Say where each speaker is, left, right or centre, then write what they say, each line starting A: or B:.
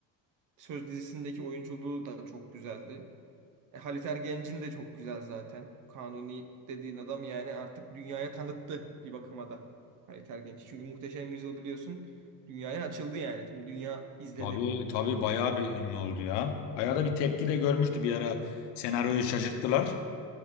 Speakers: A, on the right; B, on the left.
A: Söz dizisindeki oyunculuğu da çok güzeldi. E, Halit Ergenc'in de çok güzel zaten. Kanuni dediğin adam yani artık dünyaya tanıttı bir bakıma da Halit Ergenç. Çünkü Muhteşem Yüzyıl biliyorsun dünyaya açıldı yani. Tüm dünya izledi.
B: Tabii tabii bayağı bir ünlü oldu ya. Bayağı da bir tepki de görmüştü bir ara. Senaryoyu şaşırttılar